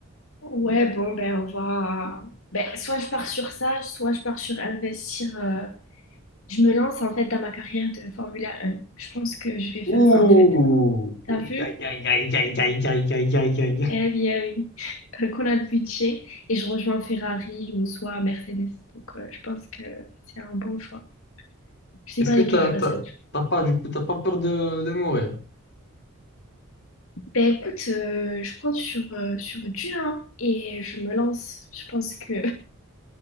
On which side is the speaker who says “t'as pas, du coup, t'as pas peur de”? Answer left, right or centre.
Left